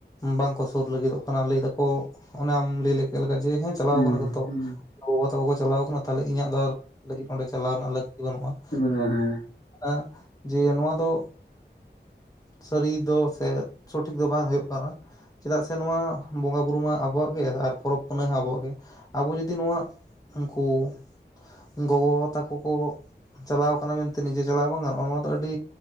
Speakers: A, on the left (about 20°); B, on the left (about 60°).
A: ᱵᱟᱝᱠᱚ ᱥᱩᱨ ᱞᱟᱹᱜᱤᱫᱚᱜ ᱠᱟᱱᱟ ᱾ ᱞᱟᱹᱭ ᱮᱫᱟ ᱠᱚ ᱚᱱᱟᱢ ᱞᱟᱹᱭ ᱠᱮᱫ ᱞᱮᱠᱟ ᱡᱮ ᱦᱮᱸ ᱪᱟᱞᱟᱣ
B: ᱦᱩᱸ
A: ᱟᱠᱟᱱᱟ ᱠᱚᱛᱚ
B: ᱦᱩᱸ
A: ᱾ ᱜᱚ ᱵᱟᱵᱟ ᱛᱟᱠᱚ ᱠᱚ ᱪᱟᱞᱟᱣ ᱟᱠᱟᱱᱟ ᱛᱟᱦᱚᱞᱮ ᱤᱧᱟᱹᱜ ᱫᱚ ᱟᱨ ᱚᱸᱰᱮ ᱪᱟᱞᱟᱣ ᱨᱮᱱᱟᱜ ᱞᱟᱹᱠᱛᱤ ᱵᱟᱹᱱᱩᱜᱼᱟ ᱾
B: ᱦᱮᱸ ᱦᱮᱸ ᱾
A: ᱟᱜ ᱡᱮ ᱱᱚᱣᱟ ᱫᱚ ᱥᱟᱹᱨᱤ ᱫᱚ ᱥᱮ ᱥᱚᱴᱷᱤᱠ ᱫᱚ ᱵᱟᱝ ᱦᱩᱭᱩᱜ <unintelligible> ᱪᱮᱫᱟᱜ ᱥᱮ ᱱᱚᱣᱟ ᱵᱚᱸᱜᱟ ᱵᱩᱨᱩ ᱢᱟ ᱟᱵᱚᱣᱟᱜ ᱜᱮ ᱟᱨ ᱯᱚᱨᱚᱵᱽ ᱯᱩᱱᱟ ᱦᱚᱸ ᱟᱵᱚᱣᱟᱜ ᱜᱮ ᱾ ᱟᱵᱚ ᱡᱩᱫᱤ ᱱᱚᱣᱟ ᱩᱱᱠᱩ <inaudible> ᱜᱚᱜᱚ ᱵᱟᱵᱟ ᱛᱟᱠᱚ ᱠᱚ ᱪᱟᱞᱟᱣ ᱠᱟᱱᱟ ᱢᱮᱱᱛᱮ ᱱᱤᱡᱮ ᱪᱟᱞᱟᱣ ᱵᱟᱝ ᱜᱟᱱᱚᱜᱼᱟ, ᱱᱚᱣᱟ ᱫᱚ ᱟᱹᱰᱤ